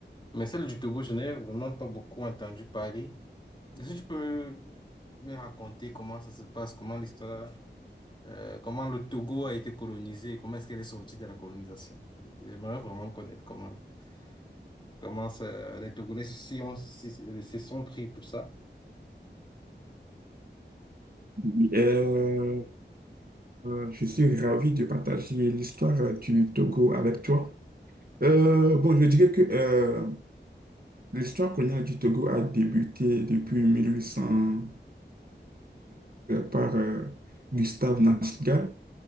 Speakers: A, on the left; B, on the right.
A: Mais celle du Togo, je n'ai vraiment pas beaucoup entendu parler. Est-ce que tu peux me, me raconter comment ça se passe, comment l'histoire, euh, comment le Togo a été colonisé, comment est-ce qu'elle est sortie de la colonisation? J'aimerais vraiment connaître comment. Comment ça, les Togolais si on, si- si- se sont pris pour ça?
B: Oui. Euh, euh, je suis ravi de partager l'histoire euh, du Togo avec toi. Euh, bon, je dirais que euh, l'histoire coloniale du Togo a débuté depuis 1884 par euh, Gustave Nachtigal,